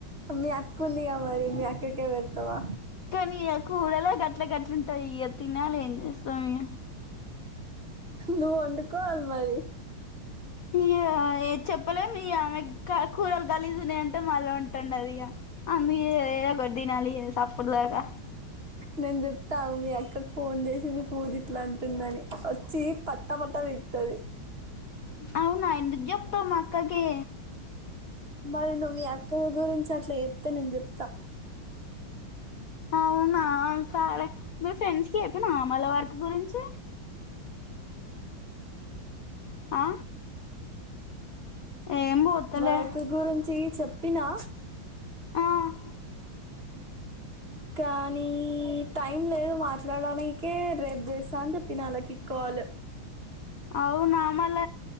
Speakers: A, on the right (about 30°); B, on the left (about 65°).
A: మీ అక్క ఉందిగా మరి మీ అక్కకే పెడతావా
B: కానీ ఇ కూడలా గట్ల గట్లుంటాయి ఇక తినాలి ఏం చేస్తాం ఇ
A: నువ్వు వండుకోవాలి మరి
B: ఈ ఏ చెప్పలేం <unintelligible> గలీజు ఉన్నాయా మ మాలో ఉంటండ అదియ అను ఏ ఏదో గడ్డి తినాలి లేసి అప్పుడు దాకా
A: నేను చెప్తాను ఆగు మీ అక్కకి ఫోన్ చేసి మీ పూది ఇట్లా అంటుందని వచ్చి పట్టా పట్టా పీకుతది.
B: అవునా ఎందుకు చెప్తావ్ మా అక్కకి
A: మరి నువ్వు మీ అక్క గురించి అట్లా చెప్తే నేను చెప్తా
B: అవునా సరే మీ ఫ్రెండ్స్ కి చెప్పినవ మల్ల వర్కు గురించి ఆ ఏం పోతలే
A: బైకు గురించి చెప్పినా
B: ఆ
A: కానీ టైం లేదు మాట్లాడనికే రేపు చేస్తా అని చెప్పి నా వాళ్ళకి కాలు
B: అవునామల్ల